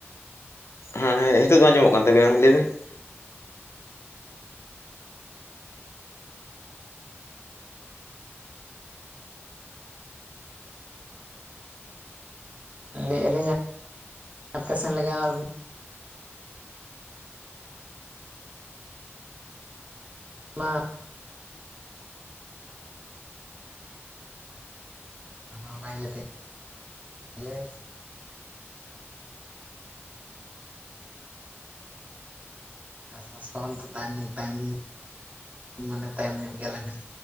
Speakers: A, on the left (about 70°); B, on the right (about 30°).
A: ᱦᱮᱸ ᱦᱮᱸ ᱱᱤᱛᱳᱜ ᱫᱚ ᱟᱸᱡᱚᱢᱚᱜ ᱠᱟᱱ ᱛᱟᱵᱤᱱᱟ ᱞᱟᱹᱭᱵᱤᱱ?
B: ᱞᱟᱹᱭ ᱟᱹᱞᱤᱧ ᱟᱯᱮᱥᱮᱱ ᱞᱟᱜᱟᱣ ᱢᱟ ᱚᱱᱟ ᱤᱭᱟᱹ ᱛᱮ ᱜᱮ ᱪᱟᱥᱵᱟᱥ ᱠᱚᱦᱚᱸ ᱱᱤᱛᱚ ᱛᱟᱭᱚᱢ ᱛᱟᱭᱚᱢ ᱢᱟᱱᱮ ᱛᱟᱭᱚᱢ ᱧᱚᱜ ᱜᱮᱭᱟᱞᱮ ᱱᱟᱦᱟ᱾